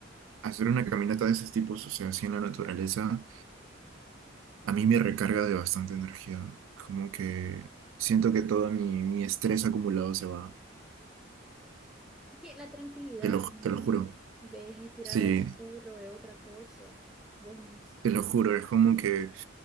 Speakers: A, on the right; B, in the centre.
A: hacer una caminata de esos tipos, o sea, así en la naturaleza, a mí me recarga de bastante energía, como que siento que todo mi, mi estrés acumulado se va.
B: Es que la tranquilidad,
A: Te lo,
B: ¿no?
A: te lo juro.
B: Ves respirar
A: Sí,
B: aire puro es otra cosa. Vos,
A: te
B: mm,
A: lo juro. Es como que